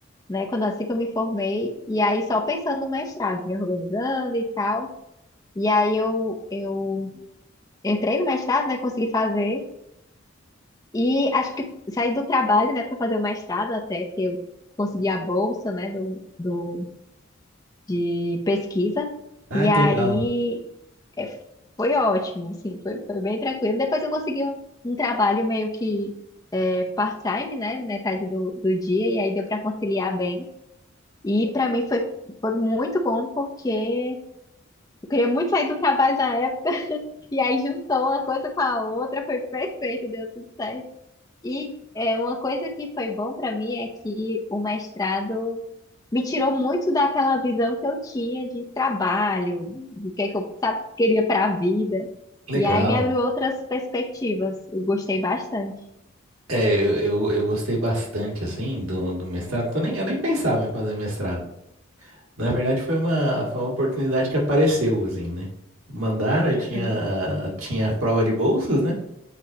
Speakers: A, on the left; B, on the right.
A: né? Quando assim que eu me formei, e aí só pensando no mestrado, me organizando e tal. E aí eu, eu entrei no mestrado, né? Consegui fazer. E acho que saí do trabalho, né, para fazer o mestrado até, porque eu consegui a bolsa, né, do, do, de pesquisa.
B: Ah,
A: E aí
B: que legal.
A: é, foi ótimo, assim, foi, foi bem tranquilo. Depois eu consegui um, um trabalho meio que é, part-time, né, metade do, do dia, e aí deu para conciliar bem. E para mim foi, foi muito bom, porque eu queria muito sair do trabalho na época, <laughs> e aí juntou uma coisa com a outra, foi perfeito, deu tudo certo. E é, uma coisa que foi bom para mim é que o mestrado me tirou muito daquela visão que eu tinha de trabalho, do que é que eu, sabe, queria para a vida.
B: Legal.
A: E aí me abriu outras perspectivas. Eu gostei bastante.
B: É, eu, eu, eu gostei bastante, assim, do, do mestrado, porque eu nem, eu nem pensava em fazer mestrado. Na verdade, foi uma, foi uma oportunidade que apareceu, assim, né? Mandaram,
A: Uhum,
B: eu tinha, tinha prova de bolsas, né?